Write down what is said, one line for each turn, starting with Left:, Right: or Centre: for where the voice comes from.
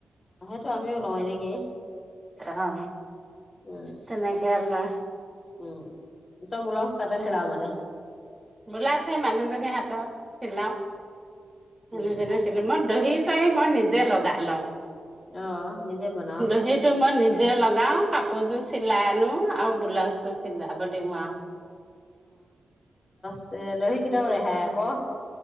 Left: টো আমিও লওঁ এনেকে
Right: অ',
Left: উম,
Right: তেনেকেলা
Left: উম তই ব্লাউজ তাতে
Right: হম,
Left: চিলাও মানে
Right: ব্লাউছ সেই মানুহজনী হাতত চিলাও। তেনে
Left: উম,
Right: জনেছিলে মই দহি মই নিজে লগাই লও
Left: অ', নিজে বনাও
Right: দসিটো মই নিজে লগাও কাপোৰ যো চিলাই আনো আৰু ব্লাউজটো চিলাব দিওঁ আৰু।
Left: ছে, দহি কেইটাও ৰেহাই আকো।